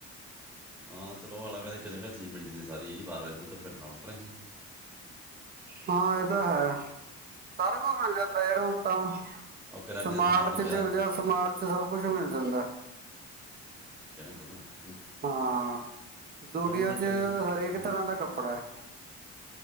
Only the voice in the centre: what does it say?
ਹਾਂ ਚਲੋ, ਅਲੱਗ ਅ ਇੱਕ ਜਗ੍ਹਾ ਚੀਜ਼ ਮਿਲ ਜਾਂਦੀ ਸਾਰੀ ਵਾਰ- ਵਾਰ, ਇੱਧਰ- ਉੱਧਰ ਫਿਰਨਾ ਨਕਰ ਅਸੀਂ
ਉਹ ਕਰਿਆਨੇ
ਦਾ ਸਮਾਨ
ਕਿਆ
ਬ੍ਹ
ਕੰਟਰੀ
ਆ
ਹੂੰ।